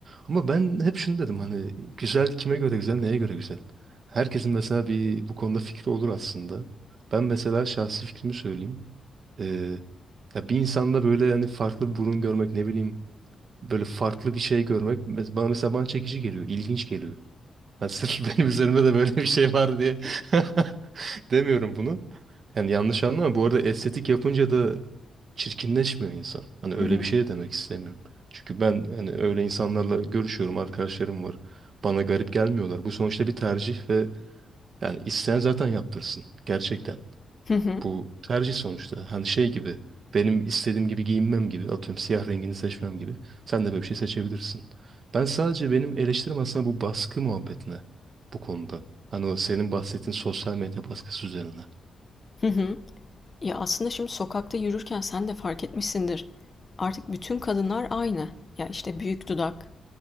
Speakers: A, on the right (about 45°); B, on the left (about 30°).
A: Ama ben hep şunu dedim hani güzel kime göre güzel, neye göre güzel? Herkesin mesela bir bu konuda fikri olur aslında. Ben mesela şahsi fikrimi söyleyeyim. E, ya bir insanda böyle hani farklı bir burun görmek ne bileyim böyle farklı bir şey görmek mes- bana mesela bana çekici geliyor, ilginç geliyor. Yani sırf <laughs> benim üzerimde de böyle bir şey var diye <laughs> demiyorum bunu. Yani yanlış anlama. Bu arada estetik yapınca da çirkinleşmiyor insan. Hani öyle
B: Hı hı.
A: bir şey de demek istemiyorum. Çünkü ben hani öyle insanlarla görüşüyorum, arkadaşlarım var. Bana garip gelmiyorlar. Bu sonuçta bir tercih ve yani isteyen zaten yaptırsın. Gerçekten.
B: Hı hı.
A: Bu tercih sonuçta. Hani şey gibi benim istediğim gibi giyinmem gibi atıyorum siyah rengini seçmem gibi. Sen de böyle bir şey seçebilirsin. Ben sadece benim eleştirim aslında bu baskı muhabbetine bu konuda. Hani o senin bahsettiğin sosyal medya baskısı üzerine.
B: Hı hı. Ya aslında şimdi sokakta yürürken sen de fark etmişsindir. Artık bütün kadınlar aynı. Ya işte büyük dudak,